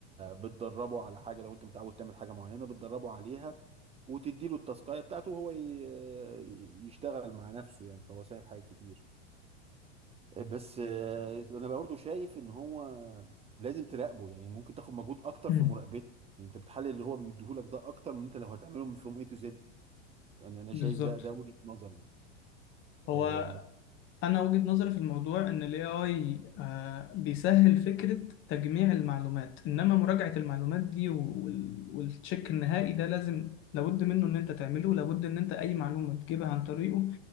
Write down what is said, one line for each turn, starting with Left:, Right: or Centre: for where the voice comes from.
Right: بتدربه على حاجه لو انت متعود تعمل حاجه معينه بتدربه عليها وتديله التاسكايه بتاعته وهو ي... يشتغل مع نفسه يعني فهو سهل حاجات كتير بس آه، انا برضه شايف ان هو لازم تراقبه يعني ممكن تاخد مجهود اكتر
Left: مم.
Right: في مراقبته يعني انت بتحلل اللي هو بيديهولك ده اكتر من انت لو هتعمله من فروم اي تو زد يعني انا
Left: بالظبط
Right: شايف ده ده وجهة نظري
Left: هو
Right: آه،
Left: انا وجهة نظري في الموضوع ان الاي اي آه، بيسهل فكرة تجميع المعلومات انما مراجعة المعلومات دي وال- والتشيك النهائي ده لازم لابد منه ان انت تعمله لابد ان انت اي معلومة بتجيبها عن طريقه